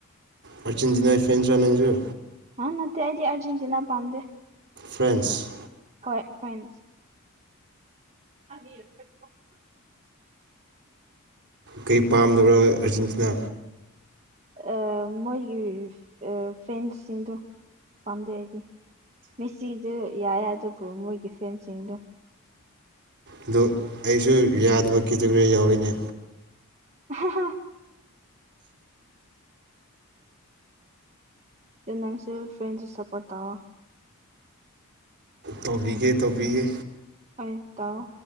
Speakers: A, on the right (about 50°); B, on the right (about 30°).
A: ꯑꯔꯖꯦꯟꯇꯤꯅꯥꯏ ꯐꯦꯟꯁ ꯔꯥ ꯅꯪꯁꯨ
B: ꯍꯥ ꯅꯠꯇꯦ ꯑꯩꯗꯤ ꯑꯔꯖꯦꯟꯇꯤꯅꯥ ꯄꯥꯝꯗꯦ
A: ꯐ꯭ꯔꯦꯟꯁ
B: ꯍꯣꯏ ꯐ꯭ꯔꯦꯟꯁ ꯂꯧꯁꯤꯟꯕ ꯉꯝꯗꯕ
A: ꯀꯩꯒꯤ ꯄꯥꯝꯗꯕ꯭ꯔꯣ ꯑꯥꯔꯖꯦꯟꯇꯤꯅꯥ
B: ꯑꯥ ꯃꯣꯏꯒꯤ ꯑꯥ ꯐꯦꯟꯁꯁꯤꯡꯗꯣ ꯄꯥꯝꯗꯦ ꯑꯩꯗꯤ ꯃꯦꯁꯤꯗꯨ ꯌꯥꯏꯌꯦ ꯑꯗꯨꯕꯨ ꯃꯣꯏꯒꯤ ꯐꯦꯟꯁꯁꯤꯡꯗꯨ
A: ꯑꯗꯨ ꯑꯩꯁꯨ ꯌꯥꯗꯕ ꯀꯦꯇꯒꯣꯔꯤ ꯌꯥꯎꯔꯦꯅꯦ
B: ꯑꯍꯥ ꯍꯥ ꯑꯗꯨ ꯅꯪꯁꯨ ꯐ꯭ꯔꯦꯟꯁꯇ ꯁꯄꯣꯔꯠ ꯇꯧꯋꯣ
A: ꯇꯧꯕꯤꯒꯦ ꯇꯧꯕꯤꯒꯦ
B: ꯍꯣꯏ ꯇꯧ